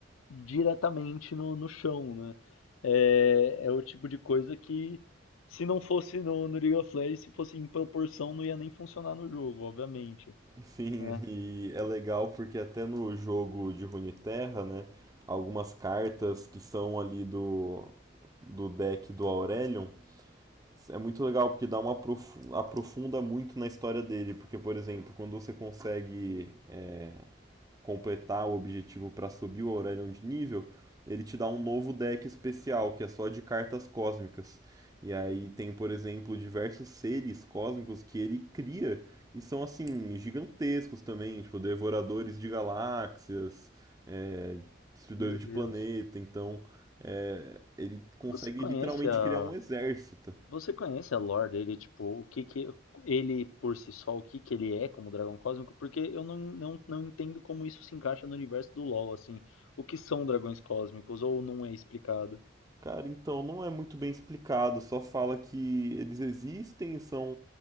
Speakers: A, on the left (about 85°); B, on the right (about 20°).
A: diretamente no, no chão, né? É, é o tipo de coisa que, se não fosse no, no League of Legends, se fosse em proporção, não ia nem funcionar no jogo, obviamente,
B: Sim,
A: né?
B: e é legal porque até no jogo de Runeterra, né, algumas cartas que são ali do, do deck do Aurelion, é muito legal porque dá uma aprofu- aprofunda muito na história dele, porque, por exemplo, quando você consegue é, completar o objetivo para subir o Aurelion de nível, ele te dá um novo deck especial, que é só de cartas cósmicas. E aí tem, por exemplo, diversos seres cósmicos que ele cria e são assim, gigantescos também, tipo, devoradores de galáxias, é, destruidores
A: Meu Deus.
B: de planeta, então é, ele consegue
A: Você conhece
B: literalmente
A: a,
B: criar um exército.
A: você conhece a lore dele, tipo, o que que ele por si só, o que que ele é como dragão cósmico? Porque eu não, não, não entendo como isso se encaixa no universo do LoL, assim. O que são dragões cósmicos ou não é explicado?
B: Cara, então não é muito bem explicado, só fala que eles existem, são